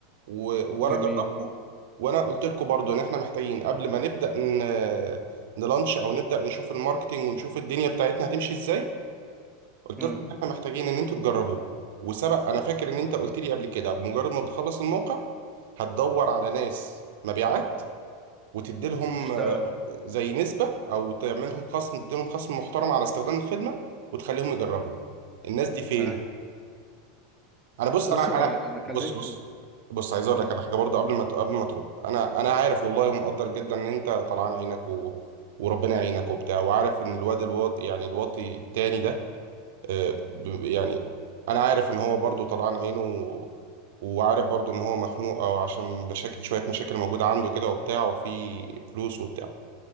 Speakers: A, on the right; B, in the centre.
A: و- وانا
B: جميل
A: جربته وانا قلت لكم برضو ان احنا محتاجين قبل ما نبدا ن... نلانش او نبدا نشوف الماركتينج ونشوف الدنيا بتاعتنا هتمشي ازاي قلت
B: مم،
A: لكم ان احنا محتاجين ان انتوا تجربوه وسبق انا فاكر ان انت قلت لي قبل كده بمجرد ما بتخلص الموقع هتدور على ناس مبيعات وتديلهم
B: اشتغلوا
A: آه، زي نسبة او تعملهم خصم تديلهم خصم محترم على استخدام الخدمة وتخليهم يجربوا الناس دي فين
B: ايوه
A: انا بص
B: بص
A: انا
B: هو
A: انا
B: انا كلمت
A: بص بص بص عايز اقول
B: مم،
A: لك على حاجه برضو قبل ما ت- قبل ما ترد انا انا عارف والله ومقدر جدا ان انت طلعان عينك و... وربنا يعينك وبتاع وعارف ان الواد الواطي يعني الواطي التاني ده آه، ب- يعني انا عارف ان هو برضو طلعان عينه و... وعارف برضو ان هو مخنوق او عشان مشاكل شويه مشاكل موجوده عنده كده وبتاع وفي فلوس وبتاع